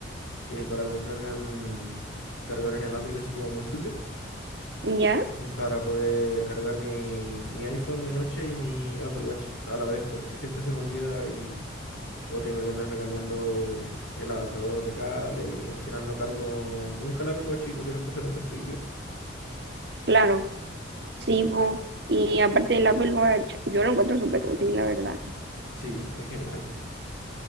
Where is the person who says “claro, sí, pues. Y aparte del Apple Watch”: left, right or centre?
Right